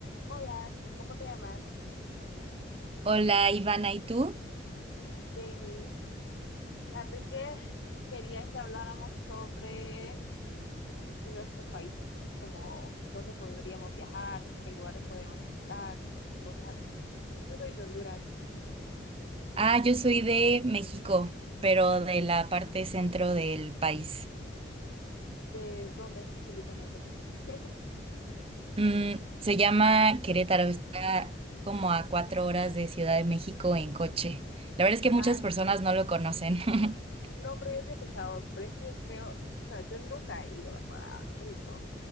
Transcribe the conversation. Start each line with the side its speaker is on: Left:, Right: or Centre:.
Left: Hola, ¿cómo te llamas?
Right: Hola Ivana, ¿y tú?
Left: Jamie. Fíjate que quería que habláramos sobre nuestros países, como dónde podríamos viajar, qué lugares podríamos visitar y cosas así. Yo soy de Honduras,
Right: Ah, yo soy de México, pero de la parte centro del país.
Left: ¿de dónde específicamente? <laughs>
Right: Mm, se llama Querétaro, está como a cuatro horas de Ciudad de México en coche. La verdad es que muchas
Left: Ah,
Right: personas no lo conocen. <laughs>
Left: no, pero yo sí he escuchado, pero es que yo creo, o sea, yo nunca he ido ¿verdad? a México,